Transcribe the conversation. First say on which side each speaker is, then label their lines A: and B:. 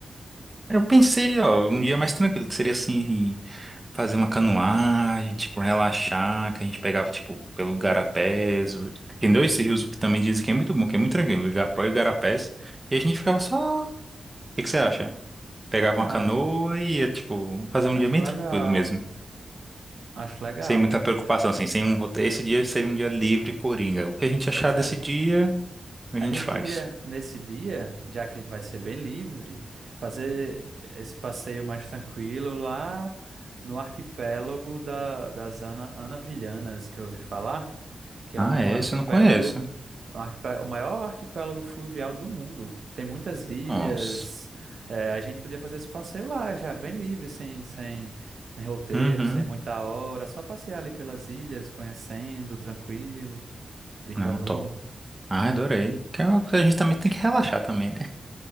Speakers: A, on the right; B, on the right.
A: Eu pensei, ó, um dia mais tranquilo, que seria assim, fazer uma canoagem, tipo, relaxar, que a gente pegava, tipo, pelo Garapés. o- Tem dois rios que também dizem que é muito bom, que é muito tranquilo, o Igapó e o Garapés. E a gente ficava só. O que que você acha? Pegava
B: Ah,
A: uma canoa e ia, tipo, fazer um
B: acho
A: dia bem
B: legal.
A: tranquilo mesmo.
B: Acho legal.
A: Sem muita preocupação, assim, sem um roteiro. Esse dia seria um dia livre, coringa. O que a gente achar
B: Pois
A: desse
B: é.
A: dia, a
B: A
A: gente
B: gente
A: faz.
B: podia, nesse dia, já que vai ser bem livre, fazer esse passeio mais tranquilo lá no arquipélago da, das Ana, Anavilhanas, que eu ouvi falar, que
A: Ah,
B: é um
A: é?
B: arquipélago,
A: Esse eu não conheço.
B: um arquipé- o maior arquipélago fluvial do mundo. Tem muitas ilhas.
A: Nossa.
B: é, a gente podia fazer esse passeio lá, já bem livre, sem, sem roteiro,
A: Uhum.
B: sem muita hora, só passear ali pelas ilhas, conhecendo, tranquilo, de canoa.
A: Não, top.
B: <laughs>
A: Ah, adorei. Que é uma coisa que a gente também tem que relaxar também, né?